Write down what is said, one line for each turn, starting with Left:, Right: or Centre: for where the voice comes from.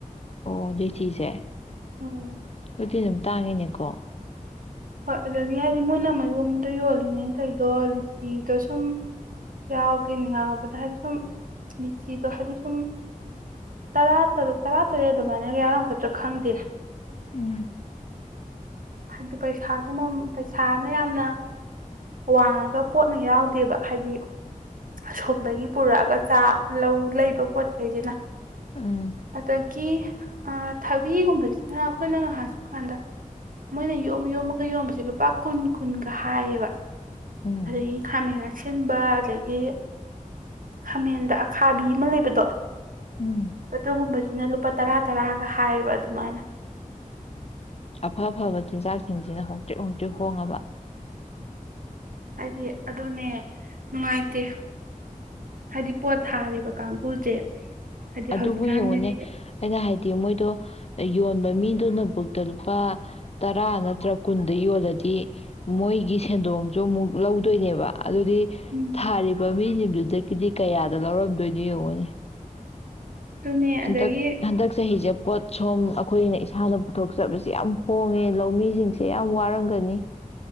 Left: ꯑꯣꯗꯤ ꯆꯤꯖ ꯑꯦ
Right: ꯎꯝ
Left: ꯑꯗꯨꯨꯤ ꯑꯗꯨꯝ ꯇꯥꯡꯉꯤꯅꯦꯀꯣ
Right: ꯍꯣꯏ ꯑꯗꯨꯗꯒꯤ ꯍꯥꯏꯗꯤ ꯃꯣꯏꯅ ꯃꯌꯣꯝꯗ ꯌꯣꯜꯂꯤꯉꯩꯅꯇꯩꯗꯣ ꯂꯤꯆꯤꯗꯣ ꯁꯨꯝ ꯌꯥꯎꯗꯦꯅꯦ ꯌꯥꯎꯔꯕꯗ ꯍꯥꯏꯗꯤ ꯁꯨꯝ ꯂꯤꯆꯤꯗꯣ ꯍꯥꯏꯗꯤ ꯁꯨꯝ ꯇꯔꯥ ꯇꯔꯨꯛ ꯇꯔꯥ ꯇꯔꯦꯠ ꯑꯗꯨꯃꯥꯏꯅꯒ ꯌꯥꯔꯝꯒꯗ꯭ꯔꯥ ꯈꯪꯗꯦ
Left: ꯎꯝ
Right: ꯑꯗꯨꯗ ꯄꯩꯁꯥꯒꯤ ꯄꯩꯁꯥꯅ ꯌꯥꯝꯅ ꯋꯥꯡꯉꯒ ꯄꯣꯠꯅ ꯌꯥꯎꯗꯦꯕ ꯍꯥꯏꯗꯤ ꯑꯁꯣꯝꯗꯒꯤ ꯄꯨꯔꯛꯑꯒ ꯆꯥ ꯂꯧ ꯂꯩꯕ ꯄꯣꯠꯆꯩꯁꯤꯅ
Left: ꯎꯝ
Right: ꯑꯗꯒꯤ ꯊꯕꯤꯒꯨꯝꯕꯁꯤꯅ ꯑꯩꯈꯣꯏꯅ ꯉꯥꯏꯍꯥꯛ ꯆꯠꯄ ꯀꯥꯟꯗ ꯃꯣꯏꯅ ꯌꯣꯝ ꯌꯣꯝꯃꯒ ꯌꯣꯝꯕꯁꯦ ꯂꯨꯄꯥ ꯀꯨꯟ ꯀꯨꯟꯒ ꯍꯥꯏꯌꯦꯕ
Left: ꯎꯝ
Right: ꯑꯗꯒꯤ ꯈꯥꯃꯦꯟ ꯑꯁꯤꯟꯕ ꯑꯗꯒꯤ ꯈꯥꯃꯦꯟꯗ ꯑꯈꯥꯕꯤ ꯑꯃ ꯂꯩꯕꯗꯣ
Left: ꯎꯝ
Right: ꯑꯗꯨꯒꯨꯝꯕꯁꯤꯅ ꯂꯨꯄꯥ ꯇꯔꯥ ꯇꯔꯥꯒ ꯍꯥꯏꯌꯦꯕ ꯑꯗꯨꯃꯥꯏꯅ
Left: ꯑꯐ ꯑꯐꯕ ꯆꯤꯟꯖꯥꯛꯁꯤꯡꯁꯤꯅ ꯍꯣꯡꯇꯤꯦꯛ ꯍꯣꯡꯇꯤꯦꯛ ꯍꯣꯡꯉꯕ
Right: ꯍꯥꯏꯗꯤ ꯑꯗꯨꯅꯦ ꯅꯨꯡꯉꯥꯏꯇꯦ ꯍꯥꯏꯗꯤ ꯄꯣꯠ ꯊꯥꯔꯤꯕ ꯀꯥꯡꯒꯨꯁꯦ ꯍꯥꯏꯗꯤ
Left: ꯑꯗꯨꯕꯨ
Right: ꯍꯧꯖꯤꯛꯀꯥꯟꯒꯤꯗꯤ
Left: ꯌꯦꯡꯉꯨꯅꯦ ꯑꯩꯅ ꯍꯥꯏꯗꯤ ꯃꯣꯏꯗꯣ ꯌꯣꯟꯕ ꯃꯤ ꯑꯗꯨꯅꯕꯨꯛꯇ ꯂꯨꯄꯥ ꯇꯔꯥ ꯅꯠꯇ꯭ꯔ ꯀꯨꯟꯗ ꯌꯣꯜꯂꯗꯤ ꯃꯣꯏꯒꯤ ꯁꯦꯟꯗꯣꯡꯁꯨ ꯑꯃꯨꯛ ꯂꯧꯗꯣꯏꯅꯦꯕ ꯑꯗꯨꯗꯤ
Right: ꯎꯝ
Left: ꯊꯥꯔꯤꯕ ꯃꯤꯁꯤꯡꯗꯨꯗꯒꯤꯗꯤ ꯀꯌꯥ ꯑꯗ ꯂꯧꯔꯝꯗꯣꯏꯅꯦ ꯌꯦꯡꯉꯣꯅꯦ
Right: ꯑꯗꯨꯅꯦ
Left: ꯍꯟꯗꯛ
Right: ꯑꯗꯒꯤ
Left: ꯍꯟꯗꯛꯁꯦ ꯍꯖ ꯄꯣꯠ ꯁꯣꯝ ꯑꯩꯈꯣꯏꯅ ꯏꯁꯥꯅ ꯄꯨꯊꯣꯛꯆꯕꯕꯁꯤꯦ ꯌꯥꯝ ꯍꯣꯡꯉꯦ ꯂꯧꯃꯤꯁꯤꯡꯁꯦ ꯌꯥꯝ ꯋꯥꯔꯝꯒꯅꯤ